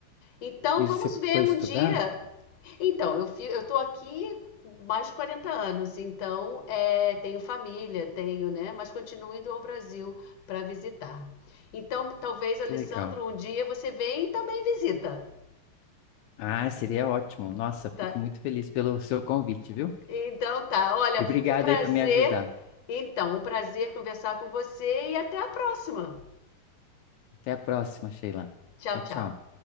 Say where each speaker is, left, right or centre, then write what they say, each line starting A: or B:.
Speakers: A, on the left (about 55°); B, on the left (about 80°).
A: Então
B: E
A: vamos
B: você
A: ver
B: foi
A: um
B: estudar?
A: dia. Então, eu fi, eu estou aqui mais de 40 anos, então é, tenho família, tenho, né? Mas continuo indo ao Brasil para visitar. Então, talvez, Alessandro,
B: Que legal.
A: um dia você vem e também visita,
B: Ah, seria ótimo. Nossa, fico
A: tá?
B: muito feliz pelo seu convite, viu?
A: Então tá, olha,
B: E obrigado
A: um prazer.
B: aí por me ajudar.
A: Então, um prazer conversar com você e até a próxima.
B: Até a próxima, Sheila.
A: Tchau,
B: Tchau,
A: tchau.
B: tchau.